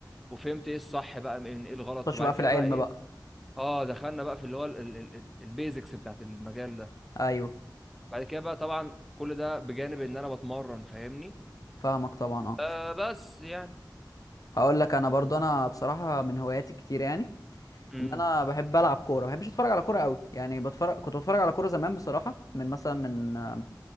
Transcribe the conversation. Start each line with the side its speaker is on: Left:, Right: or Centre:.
Centre: وفهمت إيه الصح بقى من إيه الغلط
Left: خش
Centre: وبعد
Left: بقى
Centre: كده
Left: في العلم
Centre: بقى إيه
Left: بقى
Centre: آه دخلنا بقى في اللي هو البيزكس بتاعت المجال ده
Left: ايوه
Centre: بعد كده بقى طبعا كل ده بجانب إن أنا بتمرن فاهمني
Left: فاهمك طبعا اه
Centre: آه بس يعني
Left: هقول لك انا برضو انا بصراحة من هواياتي الكتير يعني
Centre: امم
Left: ان انا بحب العب كورة ما بحبش اتفرج على كورة قوي يعني بتفرج كنت بتفرج على كورة زمان بصراحة من مثلا من آه،